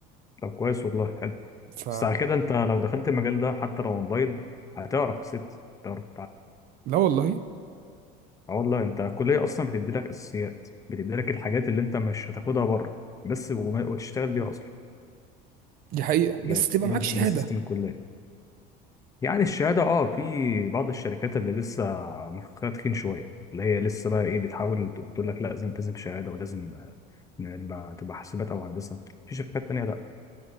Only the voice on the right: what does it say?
ف
لا والله
دي حقيقة بس
تبقى
معاك شهادة